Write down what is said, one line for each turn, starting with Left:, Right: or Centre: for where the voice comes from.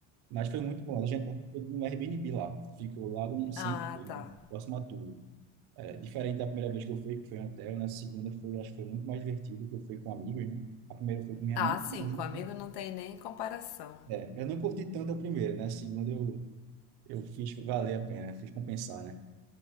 Right: Mas foi muito bom. A gente foi no Airbnb lá, ficou lá no centro,
Left: Ah,
Right: né?
Left: tá.
Right: Próximo a tudo. É, diferente da primeira vez que eu fui, que foi em hotel, na segunda foi, acho que foi muito mais divertido, que eu fui com amigos, né? A primeira foi com minha
Left: Ah,
Right: mãe,
Left: sim,
Right: e minha
Left: com amigo
Right: irmã.
Left: não tem nem comparação.
Right: É, eu não curti tanto a primeira, né? A segunda eu eu fiz valer a pena, fiz compensar, né?